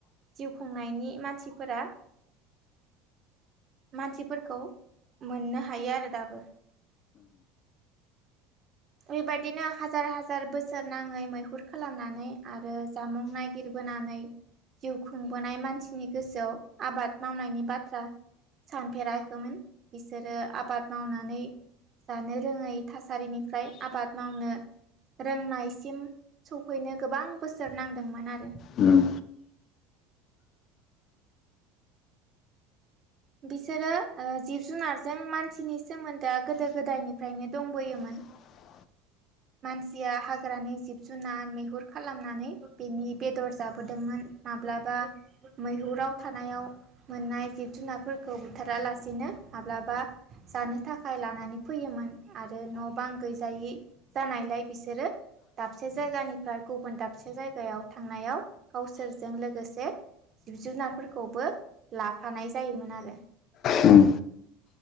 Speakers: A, on the right (about 35°); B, on the left (about 40°).
A: जिउ खुंनायनि मानसिफोरा मानसिफोरखौ मोननो हायो आरो दाबो। बेबायदिनो हाजार हाजार बोसोर नाङै मैहुर खालामनानै आरो जामुं नागिरबोनानै जिउ खुंबोनाय मानसिनि गोसोआव आबाद मावनायनि बाथ्रा। सानफेराखोमोन बिसोरो आबाद मावनानै जानो रोङै थासारिनिफ्राय आबाद मावनो रोंनायसिम सफैनो गोबां बोसोर नांदोंमोन आरो
B: उम
A: बिसोरो ओ जिब जुनारजों मानसिनि सोमोन्दोआ गोदो गोदायनिफ्रायनो दंबोयोमोन।
B: <inaudible>
A: मानसिया हाग्रानि जिब जुनार मैहुर खालामनानै बेनि बेदर जाबोदोंमोन। माब्लाबा मैहुराव थानायाव मोननाय जिब जुनारफोरखौ बुथारालासिनो माब्लाबा जानो थाखाय लानानै फैयोमोन आरो न' बां गैजायि जानायलाय बिसोरो दाबसे जायगानिफ्राय गुबुन दाबसे जायगायाव थांनायाव गावसोरजों लोगोसे जिब जुनारफोरखौबो लाफानाय जायोमोन आरो
B: उम